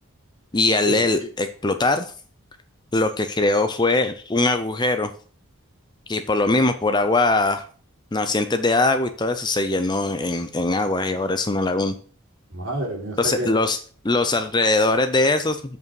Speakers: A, on the left; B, on the right.
A: y al
B: Sí,
A: él explotar, lo que creó fue un agujero Y por lo mismo, por agua, nacientes de agua y todo eso se llenó en, en agua y ahora es una laguna.
B: madre mía, o
A: Entonces,
B: sea que,
A: los, los alrededores de esos